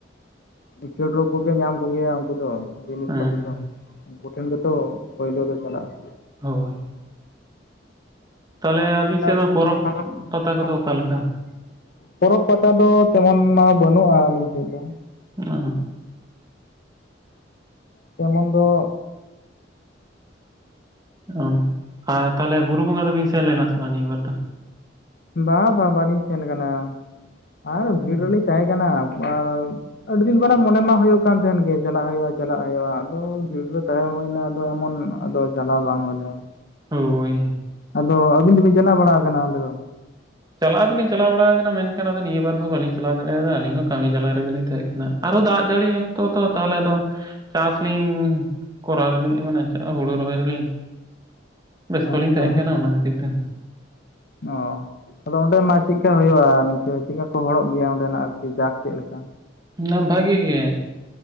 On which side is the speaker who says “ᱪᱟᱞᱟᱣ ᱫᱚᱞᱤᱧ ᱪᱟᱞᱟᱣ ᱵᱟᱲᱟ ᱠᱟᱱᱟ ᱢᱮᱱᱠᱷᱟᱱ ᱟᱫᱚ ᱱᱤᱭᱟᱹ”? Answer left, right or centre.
Right